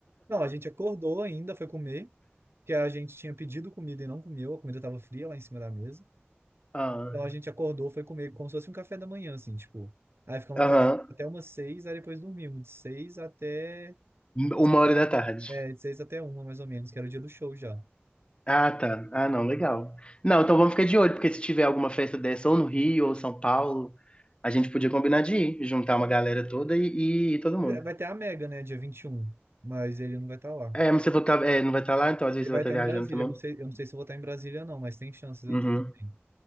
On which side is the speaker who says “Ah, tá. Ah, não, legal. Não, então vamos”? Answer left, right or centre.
Left